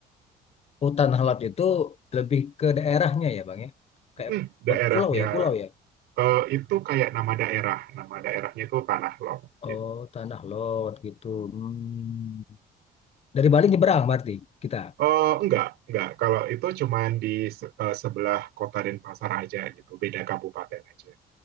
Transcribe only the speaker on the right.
Hmm, daerahnya
eh, itu kayak nama daerah, nama daerahnya itu Tanah Lot. Gitu.
Eh, enggak, enggak. Kalau itu cuman di se- eh, sebelah kota Denpasar aja gitu, beda kabupaten aja.